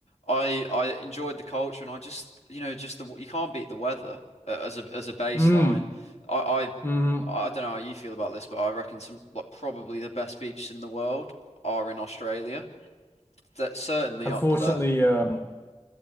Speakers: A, on the left; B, on the left.
A: I, I enjoyed the culture, and I just, you know, just the you can't beat the weather uh, as a as a baseline.
B: Mm.
A: I, I,
B: hmm
A: I don't know how you feel about this, but I reckon some like probably the best beaches in the world are in Australia. That's certainly
B: Unfortunately,
A: up there.
B: um,